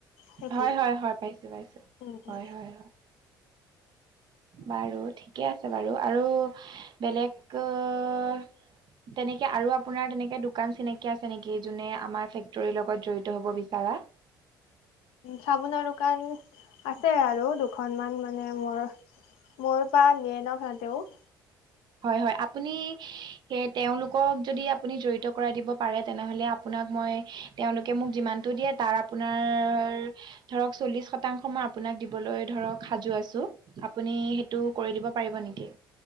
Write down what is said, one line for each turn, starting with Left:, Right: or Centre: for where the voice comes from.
Left: সেইফালে
Right: হয় হয় হয় পাইছো পাইছো
Left: উম
Right: হয়
Left: উম
Right: হয়। বাৰু ঠিকে আছে বাৰু, আৰু বেলেগ তেনেকে আৰু আপোনাৰ তেনেকে দোকান চিনাকি আছে নেকি যোনে আমাৰ ফেক্টৰীৰ লগত জড়িত হব বিচাৰা?
Left: চাবোনৰ দোকান আছে আৰু দুখনমান মানে মোৰ। মোৰ পা নিয়েন সিহঁতেও।
Right: হয় হয়, আপুনি সেয় তেওঁলোকক যদি আপুনি জড়িত কৰাই দিব পাৰে তেনেহ'লে আপোনাক মই তেওঁলোকে মোক যিমান দিয়ে তাৰ আপোনাৰ ধৰক চল্লিছ শতাংশ মই আপোনাক দিবলৈ ধৰক সাজু আছোঁ আপুনি সেইটো কৰি দিব পাৰিব নেকি